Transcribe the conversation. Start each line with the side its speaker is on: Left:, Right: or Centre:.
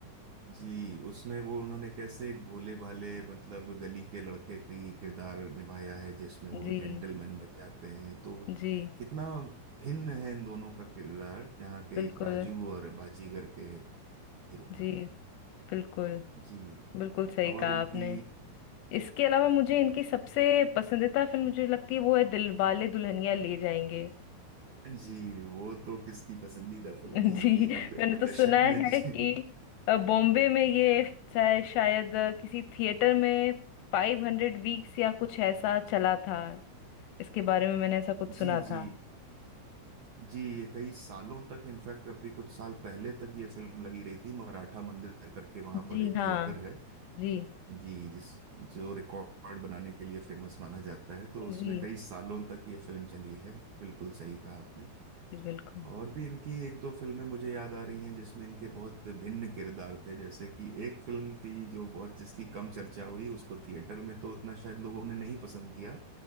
Right: जी उसमें वो उन्होंने कैसे एक भोले भाले मतलब गली के लड़के का ही किरदार निभाया है जिसमें वो
Left: जी
Right: जेंटलमैन बन जाते हैं तो
Left: जी
Right: कितना भिन्न है इन दोनों का किरदार यहाँ के
Left: बिल्कुल
Right: एक राजू और बाजीगर के हीरो
Left: जी
Right: का
Left: बिल्कुल
Right: जी
Left: बिल्कुल सही
Right: और
Left: कहा
Right: इनकी
Left: आपने इसके अलावा मुझे
Right: अ,
Left: इनकी सबसे पसंदीदा फिल्म मुझे लगती है वो है दिलवाले दुल्हनिया ले जाएंगे
Right: जी वो तो किसकी पसंदीदा फिल्म
Left: <laughs>
Right: नहीं होगी
Left: जी
Right: नब्बे
Left: मैंने
Right: के
Left: तो सुना
Right: दशक में जी
Left: है कि अ, बॉम्बे में ये शाय- शायद अ, किसी थिएटर में फाइव हंड्रेड वीक्स या कुछ ऐसा चला था इसके बारे में मैंने ऐसा कुछ
Right: जी
Left: सुना
Right: जी
Left: था
Right: जी ये कई सालों तक इनफैक्ट अभी कुछ साल पहले तक ये फिल्म लगी रही थी मराठा मंदिर करके वहां
Left: जी
Right: पर एक
Left: हाँ
Right: थिएटर है
Left: जी
Right: जी जिस जो रिकॉर्ड बनाने के लिए फेमस माना जाता है तो उसमें
Left: जी
Right: कई सालों तक ये फिल्म चली है बिल्कुल सही कहा आपने
Left: जी बिल्कुल
Right: और भी इनकी एक दो फिल्में मुझे याद आ रही हैं जिसमें इनके बहुत भिन्न किरदार थे जैसे कि एक फिल्म थी जो बहुत जिसकी कम चर्चा हुई उसको थिएटर में तो उतना शायद लोगों ने नहीं पसंद किया